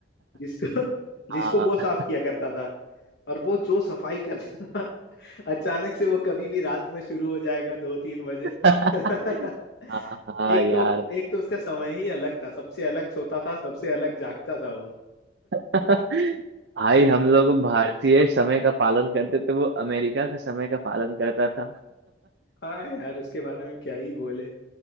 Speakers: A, on the left (about 65°); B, on the right (about 70°).
A: जिसको <laughs> जिसको
B: हाँ
A: वो साफ किया करता था और वो जो सफाई करता था <laughs> अचानक से वो कभी भी रात में शुरू हो जाएगा दो तीन बजे
B: हाँ
A: <laughs>
B: हाँ
A: एक
B: यार
A: तो एक तो उसका समय ही अलग था सबसे अलग सोता था सबसे अलग जागता था वो
B: <laughs> भाई
A: <laughs>
B: हम लोग भारतीय समय का पालन करते थे वो अमेरिका का समय का पालन करता था
A: हाँ यार उसके बारे में क्या ही बोले